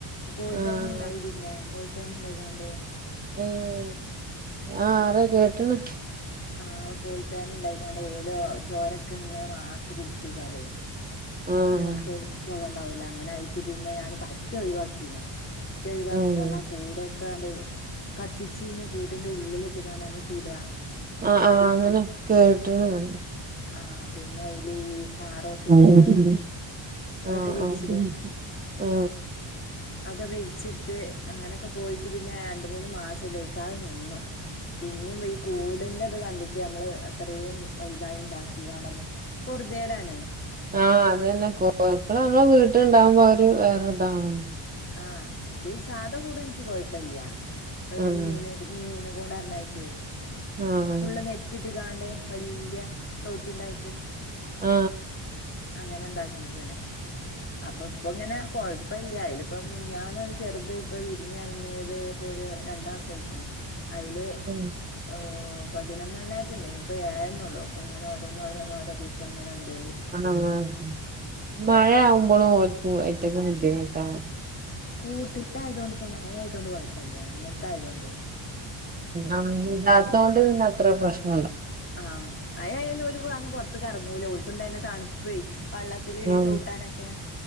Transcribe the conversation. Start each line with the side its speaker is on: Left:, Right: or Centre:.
Left: കോഴിപേൻ
Right: ആഹ്
Left: ഉണ്ടായി പിന്ന കോഴ പേൻ ഉണ്ടായി
Right: ഉം ആഹ അത കേട്ട ത <unintelligible>
Left: ആ് കോഴിപെൻ ഉണ്ടായി ഓലോ ചോരക്ക നിങ്ങ വാത്ത കുടിച്ചക്കാരേ
Right: ആഹ്
Left: പിന്നെ വിളിക്ക സുഖംണ്ടാവ അങ്ങനെ ആയിച്ച പിന്നെ ഞാൻ പറ്റ ഒഴിവാക്കു റ്റഴിവാക്കിതാണ്
Right: ഏഹ്
Left: ആ കൂട നിക്കാണ്ട്. കത്തിച്ച് കയിഞ്ഞ കൂടിന്റെ ഉള്ളിലിട്ട് കാണമ്പ ചൂടാ.
Right: ആ ആഹ് അങ്ങനെ കേട്ടിന്ന് ഞാന്.
Left: ആഹ് പിന്നെ അയില് പാറോത്തിന്റെലാന്നറിം
Right: <unintelligible>
Left: അതൊക്കെ
Right: ആ
Left: വിരിച്ചിടും
Right: ആ <unintelligible> ആ
Left: ഒക്കെ വിരിച്ചിട്ട് അങ്ങനെയൊക്കെ പോയിട്ട് പിന്നെ രണ്ട് മൂന്ന് മാസം ഉപയോഗിക്കാതെ നിന്നു. പിന്നെയും ഈ കൂടെ <unintelligible> കണ്ടിട്ട് നമ്മള് അത്രയും വലുതായി ഇണ്ടാക്കിയയാണല്ലേ. പുറദേടാണ്.
Right: ആ അത് തന്നെ <inaudible> നമ്മള വീട്ടിലുണ്ടാവുമ്പം ഒര് വേറെ ഒര്താണ്.
Left: ആ ഇത് സാധ കൂടെ എനിക്ക് കൊഴപ്പല്ല്യ, ഇപ്പഴ്
Right: ഉം
Left: ഈ മീനെ മീനിനെ കൊണ്ട് <unintelligible>
Right: ആഹ്
Left: ഫുള്ള് നെറ്റിട്ട് ഇതാണ്ടെ വല്യ തോത്തിണ്ടായിട്ട്
Right: ആ
Left: അങ്ങനെ ഉണ്ടാക്കി ക്കണ്. അപ്പോ ഇപ്പോ ഇങ്ങനെ കൊഴ് ഇപ്പല്ല അയില് ഇപ്പം മിനിഞ്ഞാന്ന് ചെറുത് ഇപ്പ വിരിഞ്ഞിറങ്ങിയത് ഇപ്പോ ഒരു രണ്ടാം സം ആയിരിക്ക്ണ്. അയിന്
Right: ഉം
Left: ഓ ഓഹ് പതിനൊന്നണ്ണായിട്ടുണ്ടേ ഇപ്പൊ ഏയണ്ണെള്ളൂ ഇപ്പങ്ങന ഓരോന്നോരോ ദിവസംങ്ങനെ എന്തെ
Right: ആഹ് ആഹ് മഴ ആവുമ്പോളും ഓൾ ഓഹ് ഐറ്റിക്ക് ബുദ്ധിമുട്ടാവും
Left: കൂട്ടിലായതോണ്ട് ഇപ്പ മഴ ആയതൊണ്ട് കുഴപ്പില്ല ഇങ്ങനത്തൊയതൊണ്ടേ
Right: ആഹ് ഇല്ലാത്തോണ്ട് പിന്നെ അത്ര പ്രശ്ന
Left: ആഹ് മയായാലും ഒരു അങ് പുറത്തേക്ക് ഇറങ്ങൂല ക്കു തന്നെ തണുപ്പേ വള്ളത്തില്
Right: ആഹ്
Left: ചവിട്ടാനൊക്കെ